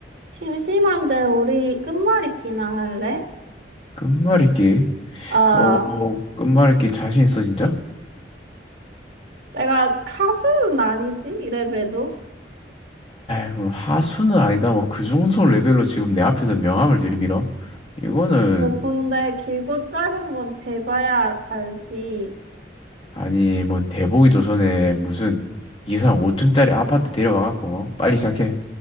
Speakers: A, on the right; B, on the left.
A: 심심한데 우리 끝말잇기나 할래?
B: 끝말잇기?
A: 아,
B: 어, 끝말잇기 자신 있어, 진짜?
A: 내가 가수는 아니지, 이래봬도.
B: 에이, 뭐 하수는 아니다. 뭐 그 정도 레벨로 지금 내 앞에서 명함을 들이밀어? 이거는,
A: 뭐, 근데 길고 짧은 건 대봐야 알- 알지.
B: 아니, 뭐 대보기 조선에 무슨 이상 5층짜리 아파트 데려와갖고 빨리 시작해.